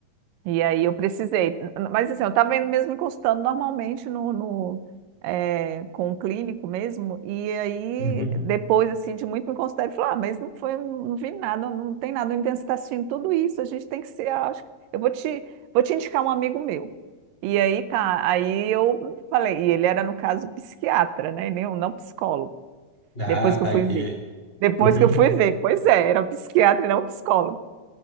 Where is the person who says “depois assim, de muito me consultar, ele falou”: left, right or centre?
Right